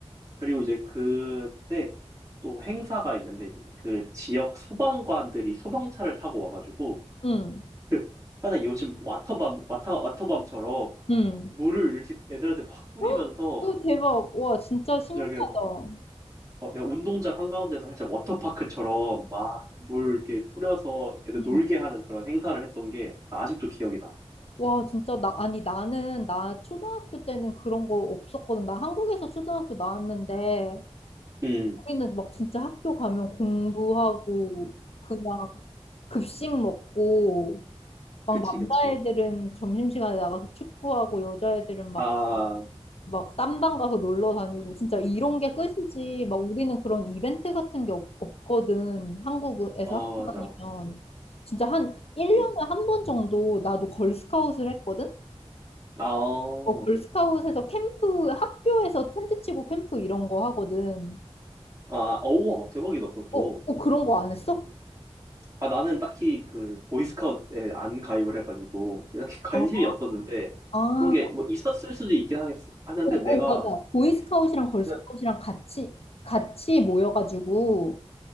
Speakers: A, on the right (about 30°); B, on the left (about 65°).
A: 그리고 이제 그때 또 행사가 있는데 이제 그 지역 소방관들이 소방차를 타고 와가지고
B: 음,
A: <laughs> 항상 요즘 와터밤 와터 와터밤처럼
B: 음.
A: 물을 이렇게 애들한테 막 뿌리면서
B: 헉! 오, 대박. 와, 진짜 신기하다.
A: 이렇게 어, 그냥 운동장 한가운데서 살짝 워터파크처럼 막 물 이렇게 뿌려서 애들
B: 음.
A: 놀게 하는 그런 행사를 했던 게 아직도 기억이 나.
B: 와, 진짜, 나, 아니, 나는, 나 초등학교 때는 그런 거 없었거든. 나 한국에서 초등학교 나왔는데,
A: 음,
B: 우리는 막 진짜 학교 가면 공부하고, 그냥 급식 먹고, 막
A: 그치,
B: 남자애들은
A: 그치.
B: 점심시간에 나가서 축구하고, 여자애들은 막,
A: 아,
B: 막 딴방 가서 놀러 다니고, 진짜 이런 게 끝이지. 막 우리는 그런 이벤트 같은 게 없, 없거든. 한국에서
A: 어,
B: 학교
A: 맞아.
B: 다니면. 진짜 한 1년에
A: 예.
B: 한 번 정도 나도 걸스카웃을 했거든?
A: 아, 아,
B: 어, 걸스카웃에서 캠프, 학교에서 텐트 치고 캠프 이런 거 하거든.
A: 어우와, 대박이다, 그것도.
B: 어, 어, 그런 거 안 했어?
A: 아, 나는 딱히 그, 보이스카우트에 안 가입을 해가지고, 딱히 <laughs> 관심이
B: 아,
A: 없었는데,
B: 아,
A: 그런 게 뭐 있었을 수도 있긴 하겠, 하는데,
B: 어,
A: 내가,
B: 어, 맞아. 보이스카웃이랑 걸스카웃이랑
A: 그냥,
B: 같이, 같이 모여가지고